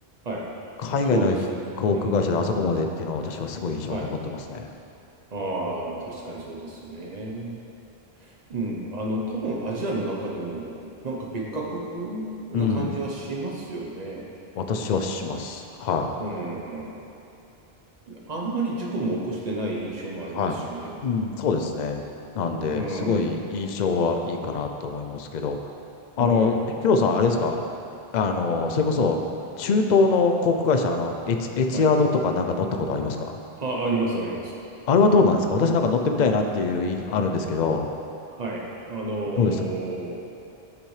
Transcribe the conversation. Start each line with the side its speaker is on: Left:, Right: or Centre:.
Right: はい。
Left: 海外の航空会社であそこまでっていうのは私はすごい印象に残ってますね。
Right: そうです。うん。はい。ああ、確かにそうですよね。うん。あの、多分アジアの中でも、なんか別格な感じはしますよね。
Left: うん。私はします。はい。
Right: うん。あんまり事故も起こしてない印象もありますしね。
Left: はい。うん、そうですね。なんで、
Right: うん。
Left: すごい印象はいいかなと思いますけど、
Right: は
Left: あの、
Right: い。
Left: ヒロさん、あれですか、あの、それこそ、中東の航空会社、あの、エチ、エチアードとかなんか乗ったことありますか
Right: はい。あ、あります、あります。
Left: あれはどうなんですか私なんか乗ってみたいなっていうい、あるんですけど、
Right: はい。あのー、
Left: どうでした